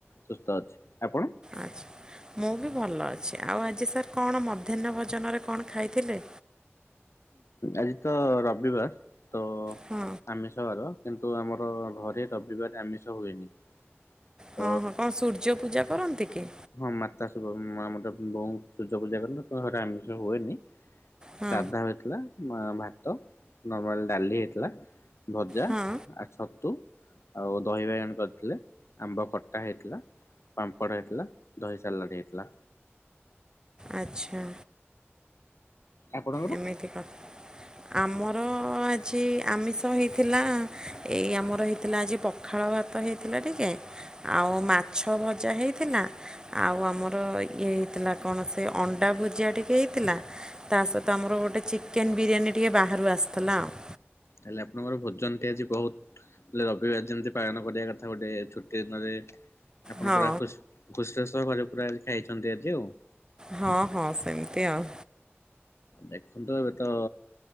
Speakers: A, on the left; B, on the right.
A: ସୁସ୍ଥ ଅଛି। ଆପଣ?
B: ଆଚ୍ଛା ମୁଁ ବି ଭଲ ଅଛି ଆଉ ଆଜି ସାର୍ କଣ ମଧ୍ୟାହ୍ନ ଭୋଜନରେ କଣ ଖାଇଥିଲେ।
A: ଆଜି ତ ରବିବାର ତ
B: ହଁ
A: ଆମିଷ ବାର କିନ୍ତୁ ଆମର ଘରେ ରବିବାର ଆମିଷ ହୁଏନି। ତ
B: ହଁ ହଁ କଣ ସୂର୍ଯ୍ୟ ପୂଜା କରନ୍ତି କି।
A: ହଁ ମାତା ଆମର ବୋଉ ସୂର୍ଯ୍ୟ ପୂଜା କରନ୍ତି ଘରେ ଆମିଷ ହୁଏନି।
B: ହଁ
A: ସାଧା ହେଇଥିଲା ଭାତ ନର୍ମାଲ ଡାଲି ହେଇଥିଲା। ଭଜା
B: ହଁ
A: ଆ ଛତୁ ଆଉ ଦହି ବାଇଗଣ କରିଥିଲେ ଆମ୍ବ ଖଟା ହେଇଥିଲା ପାମ୍ପଡ ହେଇଥିଲା। ଦହି ସାଲାଟ୍ ହେଇଥିଲା।
B: ଆଚ୍ଛା।
A: ଆପଣଙ୍କର?
B: ଏମିତି କଥା ଆମର ଆଜି ଆମିଷ ହେଇଥିଲା ଏଇ ଆମର ହେଇଥିଲା ଆଜି ପଖାଳ ଭାତ ହେଇଥିଲା ଟିକେ ଆଉ ମାଛ ଭଜା ହେଇ ଥିଲା ଆଉ ଆମର ଇଏ ହେଇଥିଲା କଣ ସେ ଅଣ୍ଡା ଭୁଜିଆ ଟିକେ ହେଇଥି ଥିଲା ତା ସହିତ ଆମର ଗୋଟେ ଚିକେନ ବିରିୟାନୀ ଟିକେ ବାହାରୁ ଆସିଥିଲା ଆଉ।
A: ହେଲେ ଆପଣଙ୍କର ଭୋଜନ ଟେ ଆଜି ବହୁତ ରବିବାର ଯେମିତି ପାଳନ କରିବା କଥା ତା ଗୋଟେ ଛୁଟି ଦିନରେ ଆପଣ
B: ହଁ
A: ପୁରା ଖୁ ଖୁସିରେ ସହ କରିଲେ ପୁରା ଖାଇଛନ୍ତି ଆଜି ଆଉ।
B: ହଁ ହଁ ସେମିତି ଆଉ।
A: ଦେଖୁ ତୁ ଏବେ ତ